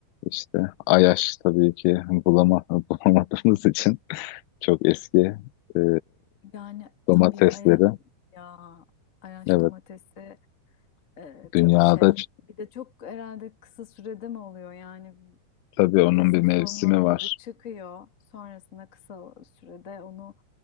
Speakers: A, on the left; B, on the left.
A: İşte Ayaş tabii ki bulama, <laughs> bulamadığımız için Çok eski e,
B: Yani
A: domatesleri.
B: tabii aya- ya Ayaş
A: Evet.
B: domatesi e,
A: Dünyada
B: tabii şey.
A: ç-
B: Bir de çok herhalde kısa sürede mi oluyor yani
A: tabii onun
B: yazın
A: bir mevsimi
B: sonuna doğru
A: var.
B: çıkıyor. Sonrasında kısa sürede onu